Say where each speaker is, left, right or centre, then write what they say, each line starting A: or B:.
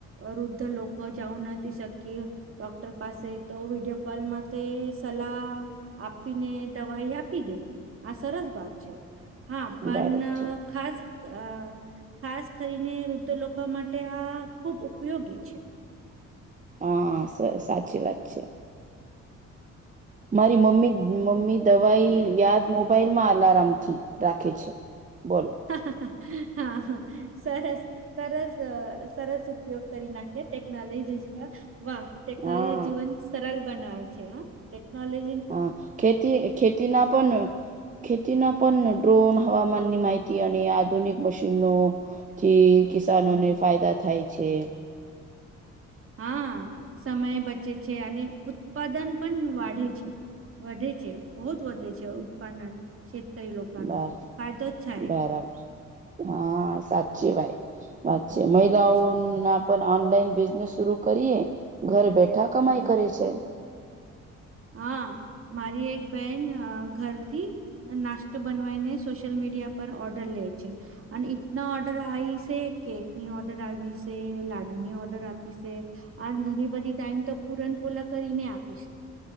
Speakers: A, on the right; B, on the right.
A: વૃદ્ધ લોકો જાઉ નથી શકી ડોક્ટર પાસે તો વિડીયો કોલમા તે સલાહ આપીને દવાઈ આપી દે આ સરસ વાત છે હા પણ
B: ભારત છે
A: ખાસ અ ખાસ કરીને વૃદ્ધ લોકો માટે આ ખુબ ઉપયોગી છે
B: હા સાવ સાચી વાત છે મારી મમ્મી મમ્મી દવાઈ યાદ મોબાઈલમાં અલાર્મ થી રાખે છે બોલો
A: હ હા હા સરસ સરસ સરસ ઉપયોગ કરી નાખીએ ટેકનોલોજી વાહ ટેકનોલોજી
B: હા
A: જીવન સરળ બનાવે છે હ ટેકનોલોજી
B: હા ખેતી ખેતીના પણ ખેતીના પણ
A: હમ.
B: ડ્રોન હવામાન ની માહિતી અને આધુનિક મશીનો થી કિસાનોને
A: હમ.
B: ફાયદા થાય છે
A: હા સમય બચે છે અને ઉત્પાદન પણ વાઢે છે વધે છે બહુ જ વધે છે ઉત્પાદન કરી લોકા
B: બર
A: નુ ફાયદો જ થાય
B: બરાબર હા સાચી ભાઈ વાત
A: હમ
B: છે મહિલાઓ ના પણ ઓનલાઈન બિઝનેસ શરુ કરીએ ઘર બેઠા કમાઈ
A: હમ.
B: કરે છે
A: હા મારી એક બેન ઘરથી નાસ્તો બનાવી ને સોશિયલ મીડિયા પર ઓર્ડર લે છે અને ઇતના ઓર્ડર આવી છે કેકની ઓર્ડર આવી છે લાડુ ની ઓર્ડર આપી છે આ ઘણી બધી ટાઈમ તો પુરનપ પોલા કરી ને આપી છે